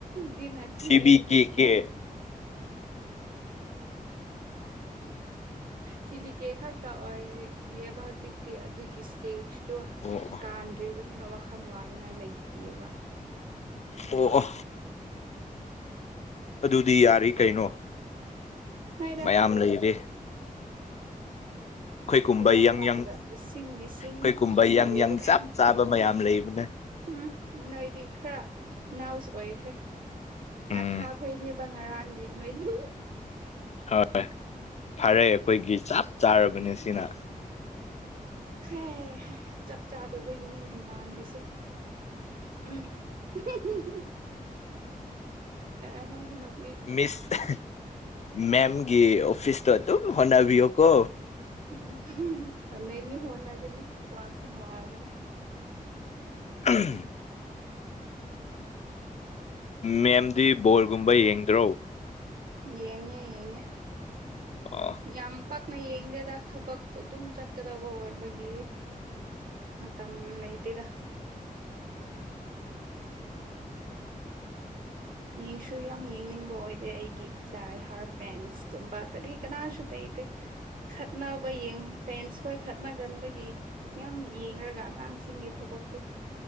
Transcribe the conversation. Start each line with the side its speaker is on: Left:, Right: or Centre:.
Right: ꯗꯤ ꯅꯠꯇꯦꯗꯅ
Left: ꯁꯤꯕꯤ ꯀꯦ
Right: ꯌꯥ
Left: ꯀꯦ
Right: ꯁꯤ ꯕꯤ ꯀꯦ ꯈꯛꯇ ꯑꯣꯏꯔꯤꯌꯦꯕ ꯍꯧꯖꯤꯛꯇꯤ ꯑꯗꯨꯒꯤ ꯏꯁ꯭ꯇꯦꯖ ꯇꯨ
Left: ꯑꯣ
Right: ꯀꯥꯟꯗ꯭ꯔꯤꯕꯅꯤꯅ ꯋꯥꯈꯜ ꯋꯥꯅꯤꯡꯉꯥꯏ ꯂꯩꯇꯦꯕ
Left: ꯑꯣ ꯑꯣ ꯑꯗꯨꯗꯤ ꯌꯥꯔꯤ ꯀꯩꯅꯣ
Right: ꯅꯣꯏꯗ
Left: ꯃꯌꯥꯝ ꯂꯩꯔꯦ ꯈꯣꯏ ꯀꯨꯝꯕ
Right: ꯇꯥꯏꯕꯪꯄꯥꯟꯗ
Left: ꯌꯪ ꯌꯪ
Right: ꯂꯤꯁꯤꯡ ꯂꯤꯁꯤꯡ
Left: ꯈꯣꯏ ꯀꯨꯝꯕ ꯌꯪ
Right: ꯂꯩꯕ
Left: ꯌꯪ
Right: ꯀꯥꯟ
Left: ꯆꯞ ꯆꯥꯕ ꯃꯌꯥꯝ ꯂꯩꯕꯅꯦ
Right: ꯎꯝ ꯅꯣꯏꯗꯤ ꯈꯔ ꯅꯥꯎꯁ ꯑꯣꯏꯈ꯭ꯔꯦ ꯉꯥꯈꯥ
Left: ꯎꯝ
Right: ꯈꯣꯏꯅꯦ ꯉꯔꯥꯡꯒꯤ ꯅꯣꯢꯗꯤ
Left: ꯍꯣꯏ ꯐꯔꯦ ꯑꯈꯣꯏꯒꯤ ꯆꯞ ꯆꯥꯔꯕꯅꯤ ꯁꯤꯅ
Right: ꯍꯩ ꯍꯥ ꯆꯞ ꯆꯥꯗꯕꯒꯤꯅꯤꯅꯦ ꯉꯥꯡꯂꯤꯁꯤ <unintelligible> ꯑ ꯅꯣꯛ
Left: ꯃꯤꯁ ꯃꯦꯝꯒꯤ ꯑꯣꯐꯤꯁꯇꯣ ꯑꯗꯨꯝ ꯍꯣꯠꯅꯕꯤꯌꯣꯀꯣ
Right: ꯎꯝ ꯍꫭꯠꯅꯩꯅꯤ ꯍꯣꯅꯒꯅꯤ ꯋꯥꯈꯟ ꯋꯥꯒꯅꯨ
Left: ꯎꯝ ꯃꯦꯝꯗꯤ ꯕꯣꯜꯒꯨꯝꯕ ꯌꯦꯡꯗ꯭ꯔꯣ
Right: ꯌꯦꯡꯉꯦ ꯌꯦꯡꯉꯦ
Left: ꯑꯣ
Right: ꯌꯥꯝ ꯄꯛꯅ ꯌꯦꯡꯗꯦꯗ ꯊꯕꯛ ꯑꯗꯨꯝ ꯆꯠꯀꯗꯕ ꯑꯣꯏꯕꯒꯤ ꯃꯇꯝ ꯂꯩꯇꯦꯗ ꯌꯦꯡꯁꯨ ꯌꯥꯝ ꯌꯦꯡꯅꯤꯡꯕ ꯑꯣꯏꯗꯦ ꯑꯩꯒꯤ ꯗꯥꯏ ꯍꯥꯔ ꯐꯦꯟꯁ ꯀꯨꯝꯕ ꯀꯔꯤ ꯀꯅꯥꯁꯨ ꯇꯩꯇꯦ ꯈꯠꯅꯕ ꯌꯦꯡ ꯐꯦꯟꯁ ꯈꯣꯏ ꯈꯠꯅꯒꯟꯕꯒꯤ ꯌꯥꯝ ꯌꯦꯡꯔꯒ ꯑꯉꯥꯡꯁꯤꯡꯒꯤ ꯊꯕꯛꯇꯣ